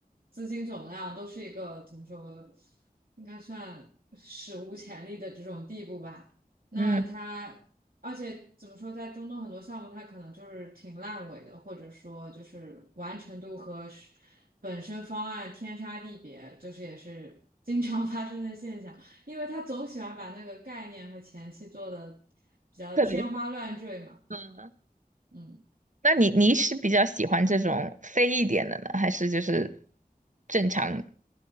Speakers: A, on the right (about 70°); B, on the right (about 55°).
A: 资金总量都是一个怎么说，应该算史无前例的这种地步吧。那它而且怎么说，
B: 嗯，
A: 在中东很多项目它可能就是挺烂尾的，或者说就是完成度和是本身方案天差地别，就是也是经常 <laughs> 发生的现象。因为他总喜欢把那个概念和前期做的比较天花乱坠嘛，
B: 特别是，嗯，
A: 嗯。
B: 那你你是比较喜欢这种飞一点的呢，还是就是正常